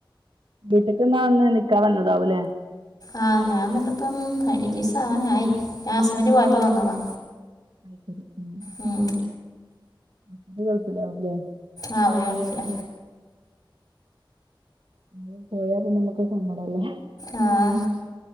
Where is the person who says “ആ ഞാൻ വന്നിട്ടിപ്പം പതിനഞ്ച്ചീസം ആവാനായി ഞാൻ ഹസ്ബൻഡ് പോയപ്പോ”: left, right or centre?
Left